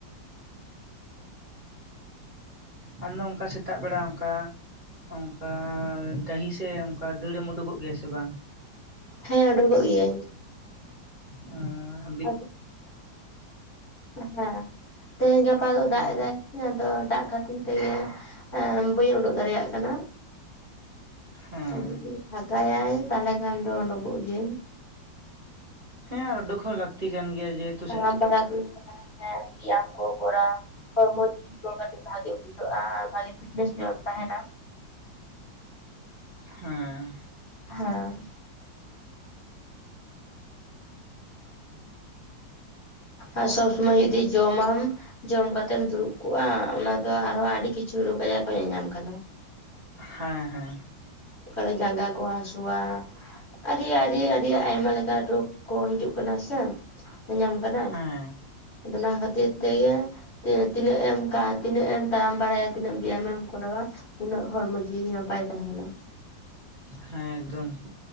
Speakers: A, on the right (about 25°); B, on the left (about 35°).
A: ᱟᱢᱫᱚ ᱚᱱᱠᱟ ᱥᱮᱛᱟᱜ ᱵᱮᱲᱟ ᱚᱝᱠᱟ ᱚᱱᱠᱟ ᱰᱟᱹᱦᱤ ᱥᱮ ᱚᱱᱠᱟ ᱫᱟᱹᱲᱮᱢ ᱩᱰᱩᱠᱚᱜ ᱜᱮᱭᱟ ᱥᱮ ᱵᱟᱝ?
B: ᱦᱮᱸ ᱩᱰᱩᱠᱚᱜ ᱜᱤᱭᱟᱹᱧ᱾
A: ᱩᱸᱻ
B: <unintelligible> ᱦᱮᱸ, ᱛᱮᱦᱮᱧ ᱜᱟᱯᱟ ᱫᱚ
A: ᱦᱮᱸ
B: ᱫᱟᱜ ᱮᱫᱟᱭ᱾ ᱟᱫᱚ ᱫᱟᱜ ᱠᱷᱟᱹᱛᱤᱨ ᱛᱮ ᱮᱸᱻ ᱵᱟᱹᱧ ᱩᱰᱩᱠ ᱫᱟᱲᱮᱭᱟᱜ ᱠᱟᱱᱟ᱾
A: ᱦᱮᱸ
B: ᱟᱨ ᱡᱩᱫᱤ ᱯᱷᱟᱠᱟᱭᱟᱭ ᱛᱟᱦᱞᱮ ᱠᱷᱟᱱ ᱫᱚ ᱩᱰᱩᱠᱚᱜ ᱜᱤᱭᱟᱹᱧ᱾
A: ᱦᱮᱸ ᱟᱨ ᱩᱰᱩᱠ ᱦᱚᱸ ᱞᱟᱹᱠᱛᱤ ᱠᱟᱱ ᱜᱮᱭᱟ ᱡᱮ
B: ᱦᱮᱸ ᱟᱨ ᱫᱟᱬᱟᱱ ᱦᱩᱭᱩᱜ ᱛᱟᱸᱦᱮᱱᱟ ᱥᱮ ᱵᱮᱭᱟᱢ ᱠᱚ ᱠᱚᱨᱟᱣ᱾ ᱦᱚᱲᱢᱚ ᱡᱤᱣᱤ ᱠᱚ ᱠᱟᱹᱴᱤᱡ ᱵᱷᱟᱜᱮ ᱵᱩᱡᱷᱟᱹᱜ-ᱟ, ᱵᱷᱟᱜᱮ ᱯᱷᱤᱴᱱᱮᱥ ᱧᱚᱜ ᱮᱢ ᱛᱟᱸᱦᱮᱱᱟ᱾
A: ᱦᱮᱸ᱾
B: ᱦᱮᱸ᱾ ᱟᱨ ᱥᱚᱵᱽ ᱥᱚᱢᱚᱭ ᱡᱩᱫᱤ ᱡᱚᱢᱟᱢ ᱡᱚᱢ ᱠᱟᱛᱮᱢ ᱫᱩᱲᱩᱵ ᱠᱚᱜ-ᱟ ᱚᱱᱟ ᱫᱚ ᱟᱨᱦᱚᱸ ᱟᱹᱰᱤ ᱠᱤᱪᱷᱩ ᱨᱳᱜᱽ ᱟᱡᱟᱨ ᱠᱚ ᱧᱟᱧᱟᱢ ᱠᱟᱱᱟ᱾
A: ᱦᱮᱸ ᱦᱮᱸ᱾
B: ᱚᱠᱟᱨᱮ ᱡᱟᱸᱜᱟ ᱠᱚ ᱦᱟᱥᱩᱣᱟ᱾ ᱟᱹᱰᱤ ᱟᱹᱰᱤ ᱟᱹᱰᱤ ᱟᱭᱢᱟ ᱞᱮᱠᱟᱱ ᱨᱳᱜᱽ ᱠᱚ ᱦᱤᱡᱩᱜ ᱠᱟᱱᱟ ᱥᱮ, ᱧᱟᱧᱟᱢ ᱠᱟᱱᱟ᱾
A: ᱦᱮᱸ
B: ᱚᱱᱟ ᱠᱷᱟᱹᱛᱤᱨ ᱛᱮᱜᱮ ᱛᱤ ᱛᱤᱱᱟᱹᱜ ᱮᱢ ᱛᱟ ᱛᱤᱱᱟᱹᱜ ᱮᱢ ᱛᱟᱲᱟᱢ ᱵᱟᱲᱟᱭᱟ ᱛᱤᱱᱟᱹᱜ ᱵᱮᱭᱟᱢᱮᱢ ᱠᱚᱨᱟᱣᱟ ᱩᱱᱟᱹᱜ ᱦᱚᱲᱢᱚ ᱡᱤᱣᱤ ᱱᱟᱯᱟᱭ ᱛᱟᱸᱦᱮᱱᱟ᱾
A: ᱦᱮᱸ ᱮᱠᱫᱚᱢ᱾